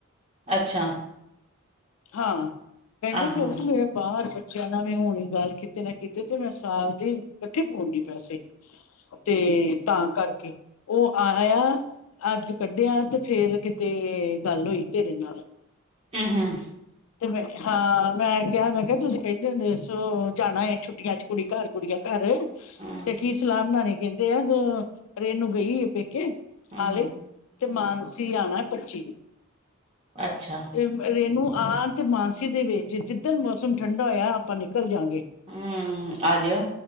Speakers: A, on the right (about 30°); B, on the left (about 80°).
A: ਅੱਛਾ
B: ਹਾਂ ਕਹਿੰਦੇ
A: ਆਹਾਂ
B: ਕਿਉਂਕਿ ਮੇਰੇ ਬਾਹਰ ਬੱ ਚਨਾ ਵੀ ਹੁਣ ਗੱਲ ਕਿਤੇ ਨਾ ਕਿਤੇ ਤੇ ਮੈਂ ਸਾਲ ਦੀ ਇਕੱਠੇ ਪਵਾਉਣੀ ਆ ਪੈਸੇ। ਤੇ ਤਾਂ ਕਰਕੇ ਉਹ ਆਇਆ ਅੱਜ ਕੱਢਿਆ ਤੇ ਫੇਰ ਕਿਤੇ ਗੱਲ ਹੋਈ ਤੇਰੇ ਨਾਲ।
A: ਹੂੰ
B: ਤੇ ਮੈਂ ਹਾਂ ਮੈਂ ਕਿਹਾ ਮੈਂ ਤੁਸੀਂ ਕਹਿੰਦੇ ਹੁੰਦੇ ਦੱਸੋ ਜਾਣਾ ਛੁੱਟੀਆਂ ਚ ਕੁੜੀ ਘਰ ਕੁੜੀਆਂ ਘਰ
A: ਹੂੰ,
B: ਤੇ ਕੀ ਸਲਾਹ ਬਣਾਣੀ ਕਹਿੰਦੇ ਆ ਜ ਰੇਨੂੰ ਗਈ ਪੇਕੇ
A: ਹੂੰ,
B: ਆਲੇ ਤੇ ਮਾਨਸੀ ਆਉਣਾ ਪੱਚੀ ਨੇ
A: ਅੱਛਾ,
B: ਤੇ ਰੇਨੂ ਆਰ ਤੇ ਮਾਨਸੀ ਦੇ ਵਿੱਚ ਜਿੱਧਣ ਮੌਸਮ ਠੰਡਾ ਹੋਇਆ ਆਪਾਂ ਨਿਕਲ ਕਲ ਜਾਗੇ
A: ਹੂੰ, ਆ ਜਿਓ।